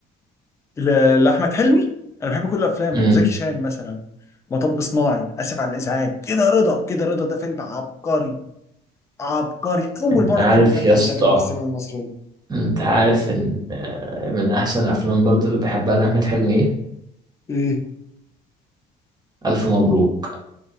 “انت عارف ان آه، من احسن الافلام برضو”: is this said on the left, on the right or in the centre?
Right